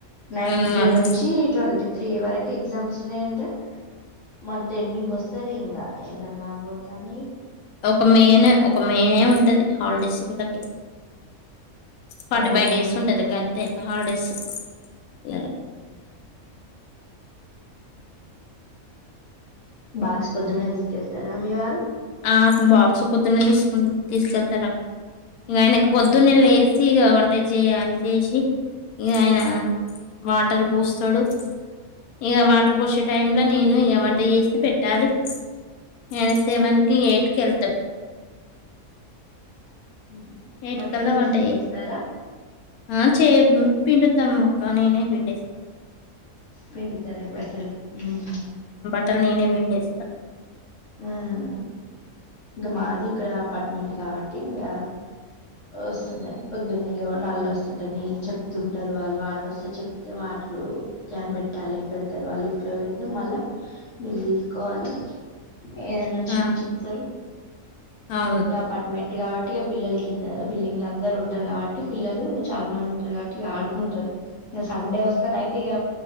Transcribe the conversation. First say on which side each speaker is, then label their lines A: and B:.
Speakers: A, on the left (about 60°); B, on the left (about 90°).
A: నైన్త్
B: హ్మ్. అన్
A: నుంచి ట్వంటీ. త్రీ వరకు ఎగ్జామ్స్ ఉన్నాయంటే. మంత్ ఎండింగ్ వస్తది ఇంగా ఎండాలు బాగ కొడతానయి.
B: ఒక మేన్ ఒక మేనే ఉంటది. హల్డస్ విలకే ఫార్టీ
A: ఆ!
B: ఫైవ్
A: మే
B: డేస్
A: ఒకటో
B: ఉంటాది.
A: తారీ
B: గంతే హాలిడేస్ అ <unintelligible>
A: బాక్స్ పొద్దున్నే తీసుకెళ్తారా మీ వారు.
B: ఆహ్ బాక్స్ పొద్దున్నే తీసుకు తీసుకెళ్తారు. అక్ ఇంగా ఆయన పొద్దున్నే లేసి ఇగా వంట చేయాలి. చేసి ఇగా ఆయన వాటర్ పోస్తాడు. ఇగా వాటర్ పోసే టైంలో నేను ఇగా వంట చేసి పెట్టాలి. ఇగ ఆయాన సేవన్ ఎయిట్ కేల్తడ్
A: హ్మ్.
B: ఎయిటి
A: బట్టలు
B: కల్లా
A: మిషన్‌లో
B: వంటయి.
A: ఏస్తారా?
B: ఆ చే పిండుతాం అక్క నేనే పిండేస్
A: పిండితారు బట్టలు ఉహ్మ్.
B: త్తం నేనే పంండేస్త.
A: ఉహ్! ఇంకా మాది ఇక్కడ అపార్ట్మెంట్ కాబట్టి ఇంగా వస్తునాయి. పొద్దున్న నల్ళు వస్తుంటయి, నీళ్ళు చెప్తుంటారు, వాళ్ళు వాటర్ వస్తే చెప్తే వాటర్ క్యాన్ పెట్టాలే పెడతారు. వాళ్ళు లిఫ్ట్ లో పెడితే మళ్ళా మిమ్ తీసుకోవాలి. ఏదన్నా వచ్చినా
B: ఆ!
A: చెప్తారు.
B: అవును.
A: అపాట్మెట్ది కాబట్టి ఇగా పిల్లలకి కింద బిల్డింగ్ల అందరు ఉంటరు కాబట్టి పిల్లలు చాలా మంది ఉంటరు కాబట్టి ఇగ ఆడుకుంటారు. ఇగ సండే వస్తేనయితే ఇగ